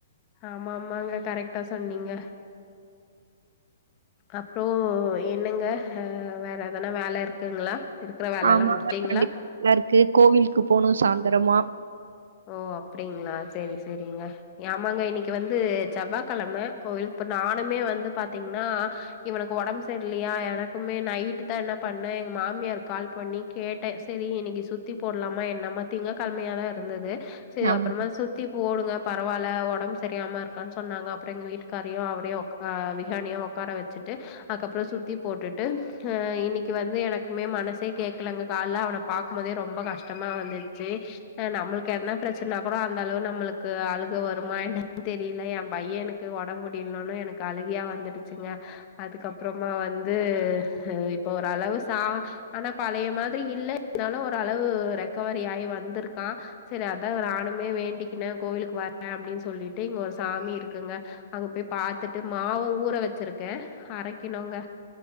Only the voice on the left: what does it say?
ஆமா ஆமாங்க கரெக்டா சொன்னீங்க அப்புறம் என்னங்கஹ் வேற எதனா வேலை இருக்குங்களா இருக்கிற வேலல்லா
முடிச்சீங்களா
ஓ அப்படிங்களா செரி செரிங்க ஆமாங்க இன்னைக்கு வந்து செவ்வாய் கிழமை கோயிலுக்கு இப்ப நானுமே வந்து பாத்தீங்கன்னா இவனுக்கு உடம்பு சரியில்லையா எனக்குமே நைட்டு தான் என்ன பண்ணேன் எங்க மாமியார் கால் பண்ணி கேட்டேன் செரி இன்னைக்கு சுத்தி போடலாமா என்னம்மா திங்க்கிழ மைய தான் இருந்தது செரி
அப்புறமா சுத்தி போடுங்க பரவாயில்ல உடம்பு சரியாம இருக்கான்னு சொன்னாங்க அப்புறம் எங்க வீட்டுக்காரையும் அவரையும் ஆஹ் விகான்னியையும் உடக்கார வச்சுட்டு அதுக்கப்புறம் சுத்தி போட்டுட்டு அஹ் இன்னைக்கு வந்து எனக்குமே மனசே கேகலங்க காலல அவனை பார்க்கும் போதே ரொம்ப கஷ்டமா வந்துச்சு நம்மளுக்கு எதன பிரச்சனாகூட அந்த அளவு நம்மளுக்கு அழுக வருமா என்னன்னு தெரியல என் பையன் எனக்கு உடம்ப முடியலன்னு எனக்கு அழுகியா வந்துடுச்சுங்க அதுக்கப்புறமா வந்து இப்போ ஒருஓரளவு சா ஆனா பழைய மாதிரி இல்லை இருந்தாலும் ஓரளவு ரெக்கவரி ஆகி வந்திருக்கு வந்துர்க்க சரி அதான் ஒரு நானுமே வேண்டிக்னேன் கோவிலுக்கு வர்றேன் அப்படின்னு சொல்லிட்டு இங்க ஒரு சாமி இருக்குங்க அங்க போய் பாரத்துட்டு மாவும் ஊற வச்சிருக்கேன் அரைக்கணுங்க